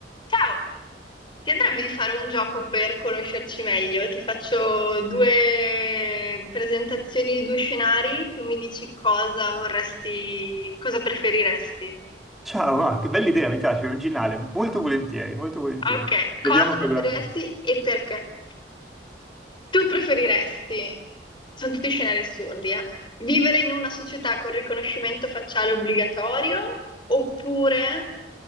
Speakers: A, on the left (about 25°); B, in the centre.
A: Ciao! Ti andrebbe di fare un gioco per conoscerci meglio? Ti faccio due presentazioni di due scenari, tu mi dici cosa vorresti, cosa preferiresti.
B: Ciao, ah, che bella idea, mi piace, originale. Molto volentieri, molto volentieri.
A: Ok,
B: Vediamo
A: cosa
B: cosa...
A: preferiresti e perché? Tu preferiresti, sono tutti scenari assurdi, eh, vivere in una società con riconoscimento facciale obbligatorio oppure